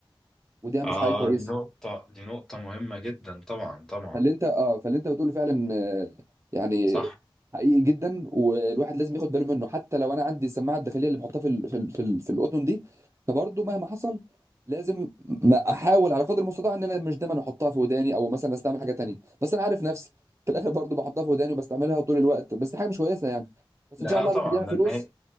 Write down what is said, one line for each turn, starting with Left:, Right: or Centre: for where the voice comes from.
Right: ودي مش
Centre: اه
Right: حاجه اه كويسه
Centre: دي نقطة دي نقطة مهمة جدا طبعا طبعا
Right: فاللي انت اه فاللي انت بتقوله فعلا آه، يعني
Centre: صح
Right: حقيقي جدا والواحد لازم ياخد باله منه حتى لو انا عندي السماعه الداخليه اللي بحطها في ال... في ال... في, ال... في الاذن دي فبرضه مهما حصل لازم ما احاول على قدر المستطاع ان انا مش دايما احطها في وداني او مثلا استعمل حاجه تانية بس انا عارف نفسي في الاخر برضه بحطها في وداني وبستعملها طول الوقت بس دي حاجه مش كويسه يعني بس
Centre: لا
Right: ان شاء الله
Centre: آه طبعا
Right: الواحد يعمل
Centre: لان
Right: فلوس
Centre: هي